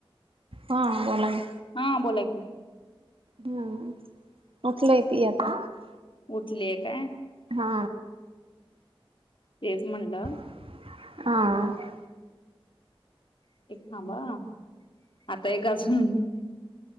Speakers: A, on the right (about 70°); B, on the left (about 60°).
A: हा, बोला की,
B: हा, बोला की,
A: हम्म, उठलय ती आता
B: उठलीय काय
A: हा,
B: तेच म्हणलं
A: <inaudible> हां
B: एक थांबा हं, आता एक अजून